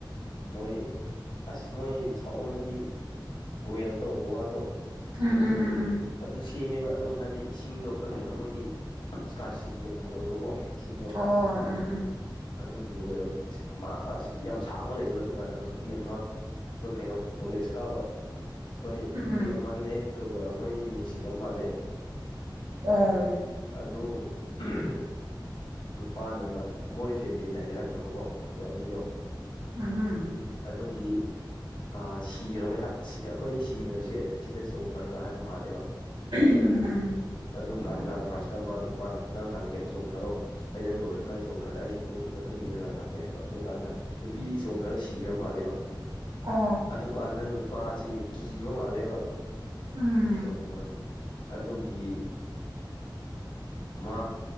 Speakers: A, on the left (about 70°); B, on the right (about 70°).
A: ꯃꯣꯏ ꯑꯁ ꯃꯣꯏ ꯁꯥꯎꯔꯣꯝꯃꯗꯤ ꯋꯦꯜꯗꯣ ꯒꯨꯍꯥꯗꯣ
B: ꯎꯝ ꯎꯝ ꯎꯝ
A: ꯑꯗꯨ ꯁꯦꯝꯃꯦꯕ ꯑꯗꯨꯝ ꯍꯥꯏꯕꯗꯤ ꯏꯁꯤꯡꯗꯣ ꯈꯔ ꯀꯩꯅꯣ ꯃꯣꯏꯗꯤ ꯏꯁꯀꯥꯔꯁꯤꯇꯤ ꯌꯥꯝ ꯑꯣꯏꯕꯀꯣ ꯏꯁꯤꯡꯗꯣ
B: ꯑꯣ ꯎꯝ ꯎꯝ
A: ꯑꯗꯨꯒꯤ ꯋꯦꯜ ꯁꯤꯛꯃꯥ ꯑꯁ ꯌꯥꯝ ꯁꯥꯡꯕ ꯂꯩꯌꯦꯕ ꯑꯗꯨꯀꯥꯟꯗ ꯅꯨꯄꯤ ꯑꯃ ꯑꯩꯈꯣꯏ ꯀꯩꯅꯣ ꯀꯣꯂꯦꯖ ꯀꯥꯕ ꯑꯈꯣꯏ ꯅꯨꯄꯤ
B: ꯎꯝ
A: ꯑꯃꯅꯦ ꯑꯗꯨꯒ ꯃꯣꯏꯅꯤ ꯅꯨꯡꯁꯤꯅꯕ ꯃꯥꯜꯂꯦ
B: ꯑꯣꯝ
A: ꯑꯗꯨ ꯎꯝ ꯅꯨꯄꯥꯅ ꯃꯣꯏ ꯐꯦꯃꯤꯂꯤꯅ ꯌꯥꯔꯛꯇꯕꯀꯣ ꯑꯗꯥ ꯑꯅꯤꯗꯣ
B: ꯎꯝꯍꯨꯝ
A: ꯑꯗꯨꯒꯤ ꯑ ꯁꯤꯒ꯭ꯔꯕꯩ ꯍꯥꯠ ꯁꯤ ꯑ ꯑꯩꯈꯣꯏꯅꯤ ꯁꯤꯃꯤꯟꯅꯔꯁꯦ ꯑꯁꯤꯗ ꯆꯣꯡꯊꯔꯒ ꯍꯥꯏꯕ ꯃꯥꯜꯂꯦꯕ
B: ꯎꯝ ꯎꯝ ꯎꯝ
A: ꯑꯗꯨꯀꯥꯟꯗ ꯐꯥꯔꯁꯇ ꯑꯃ ꯅꯨꯄꯥꯅ ꯅꯪ ꯍꯥꯟꯅ ꯀꯩꯅꯣ ꯆꯣꯡꯊꯔꯣ ꯑꯩ ꯅꯪ ꯅꯣꯏ ꯅꯪ ꯆꯣꯡꯊꯔꯒ ꯑꯩ ꯑꯃꯨꯛ ꯅꯇꯨꯡ ꯏꯂꯒ ꯂꯥꯛꯀꯦ ꯍꯥꯏꯕ ꯑꯗꯨ ꯀꯥꯟꯗ ꯅꯨꯄꯤꯗꯤ ꯆꯣꯡꯊꯔꯒ ꯁꯤꯈ꯭ꯔ ꯃꯥꯜꯂꯦꯕ
B: ꯑꯣ
A: ꯑꯗꯨꯀꯥꯟꯗ ꯅꯨꯄꯥꯁꯤ ꯀꯤꯕ ꯃꯥꯜꯂꯦꯕ
B: ꯎꯝ
A: ꯆꯣꯡꯗꯕ ꯑꯗꯨꯒꯤ ꯃꯥ